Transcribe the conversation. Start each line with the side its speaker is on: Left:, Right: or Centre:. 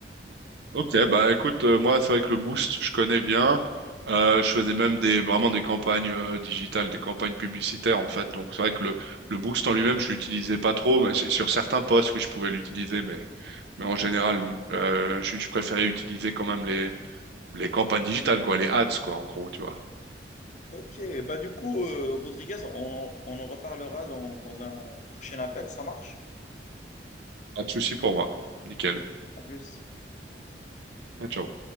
Right: Ok, bah écoute, euh, moi c'est vrai que le Boost, je connais bien. Euh, je faisais même des vraiment des campagnes euh, digitales, des campagnes publicitaires en fait. Donc c'est vrai que le, le Boost en lui-même, je l'utilisais pas trop, mais sur sur certains postes, oui, je pouvais l'utiliser, mais mais en général, euh, je, je préférais utiliser quand même les les campagnes digitales, quoi, les ads, quoi, en gros, tu vois.
Left: Ok, bah du coup, euh, Rodriguez, on en, on en reparlera dans, dans un prochain appel, ça marche?
Right: Pas de souci pour moi. Nickel.
Left: À plus.
Right: Ah, ciao.